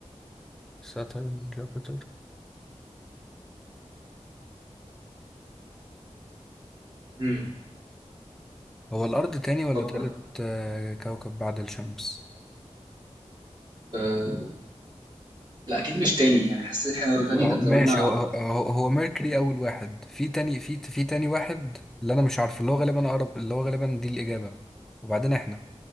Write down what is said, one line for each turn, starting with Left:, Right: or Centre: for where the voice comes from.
Centre: ساترن جوبيتر
Right: امم
Centre: هو الأرض تاني ولا
Right: فكر
Centre: تالت آه، كوكب بعد الشمس
Right: آه. لا اكيد مش تاني يعني حسيت احنا لو تاني
Centre: هو-
Right: كان
Centre: ماشي
Right: زماننا
Centre: هو هو, هو ميركوري اول واحد في تاني في في تاني واحد اللي انا مش عارفه اللي هو غالبا اقرب اللي هو غالبا دي الاجابه وبعدين احنا